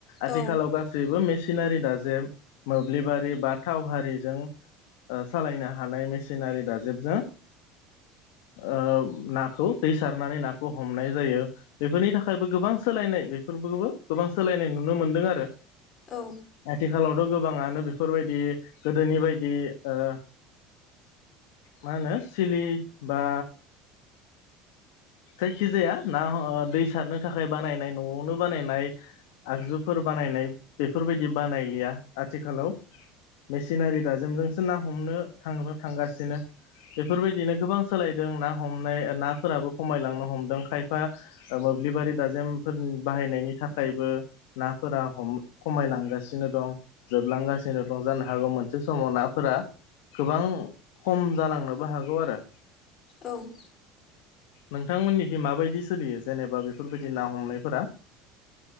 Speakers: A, on the left; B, on the left.
A: औ
B: आथिखालाव गास जेबो मेसिनारि दाजे मोब्लिबारि बा थाव हारिजों सालायनो हा हानाय मेसिनारि दाजेबजों ओ नाखौ दै सारनानै नाखौ हमनाय जायो। बेफोरनि थाखायबो गोबां सोलायनाय बेफोरफोरखौबो गोबां सोलायनाय नुनो मोनदों आरो।
A: औ।
B: आथिखालावथ' गोबाङानो बेफोरबायदि गोदोनि बायदि ओ मा होनो सिलि बा जायखिजाया ना ओ दै सारनो थाखाय बानायनाय न'आवनो बानायनाय। आगजुफोर बानायनाय बेफोरबायदि बानायलिया आथिखालाव। मेसिनारि दाजेमजोंसो ना हमनो थां थांगासिनो। बेफोरबायदिनो गोबां सोलायदों ना हमनाय नाफोराबो। खमायलांनो हमदों खायफा मोब्लिबारि दाजेमफोर बाहायनायनि नि थाखायबो नाफोराम खमायलांगासिनो दं। जोबलांगासिनो दं जानो हागौ मोनसे समाव नाफोरा। गोबां खम जालांनोबो हागौ आरो।
A: औ।
B: नोंथांमोननिखि माबायदि सोलियो जेनेबा बेफोरबायदि ना हमनायफोरा।